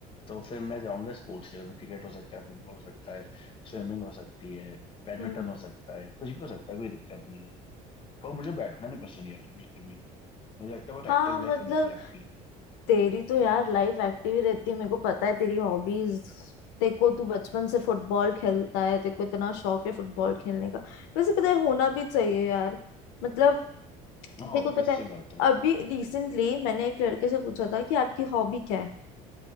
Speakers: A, on the left; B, on the left.
A: तो फिर मैं जाऊंगा स्पोर्ट्स खेल क्रिकेट हो सकता है फुटबॉल हो सकता है स्विमिंग हो सकती है बैडमिंटन
B: हम्म।
A: हो सकता है कुछ भी हो सकता है कोई दिक्कत नहीं है पर मुझे बैठना नहीं पसंद यार बिल्कुल भी मुझे लगता है बहुत
B: हाँ
A: एक्टिव
B: मतलब
A: लाइफ होनी चाहिए आपकी
B: तेरी तो यार लाइफ एक्टिव ही रहती है मेरे को पता है तेरी हॉबीज तेरे को तू बचपन
A: हम्म
B: से फुटबॉल खेलता है तेरे को इतना शौक है फुटबॉल खेलने का वैसे पता है होना भी चाहिए यार मतलब
A: हाँ
B: तेरे
A: ऑब्वियस
B: को पता है
A: सी बात है
B: अभी रिसेंटली मैंने एक लड़के से पूछा था कि आपकी हॉबी क्या है